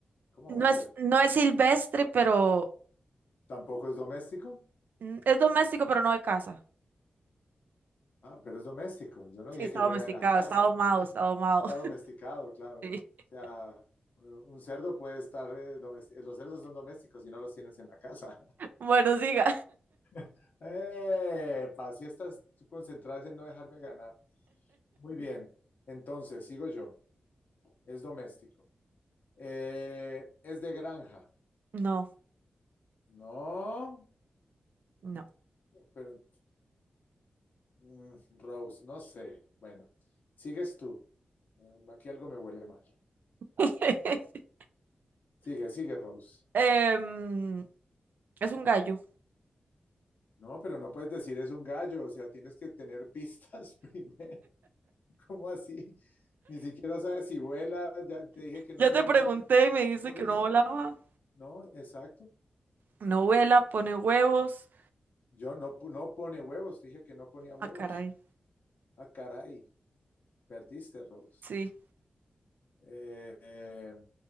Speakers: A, on the left; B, on the right.
A: ¿Cómo
B: No
A: va a
B: es,
A: ser?
B: no es silvestre, pero
A: Tampoco es doméstico.
B: mm, es doméstico, pero no de casa.
A: Ah, pero es doméstico. Yo no
B: Sí,
A: dije
B: está
A: que fuera
B: domesticado,
A: de la casa.
B: está domado,
A: <laughs>
B: está domado.
A: Está
B: <laughs>
A: domesticado, claro.
B: Sí.
A: O sea, un cerdo puede estar domesticado. Los cerdos son domésticos y no los tienes en la casa.
B: Bueno, siga.
A: <laughs> ¡Eh! si estás concentrada en no dejarme ganar. Muy bien. Entonces, sigo yo. Es doméstico. Eh, es de granja.
B: No,
A: No,
B: no.
A: pero mm, Rose, no sé. Bueno, sigues tú. Mm, Aquí algo me huele mal.
B: <laughs>
A: Sigue, sigue, Rose.
B: Em, es un gallo.
A: No, pero no puedes decir es un gallo, o sea, tienes que tener pistas <laughs> primero. ¿Cómo así? Ni siquiera sabes si vuela, ya te dije que no
B: Ya
A: tenía
B: te pregunté
A: pu-
B: y me dijiste
A: por
B: que
A: eso.
B: no volaba.
A: No, exacto.
B: No vuela, pone huevos.
A: Yo no, pu- no pone huevos, te dije que no ponía huevos.
B: Ah, caray.
A: Ah, caray, perdiste, Rose.
B: Sí,
A: Eh, eh,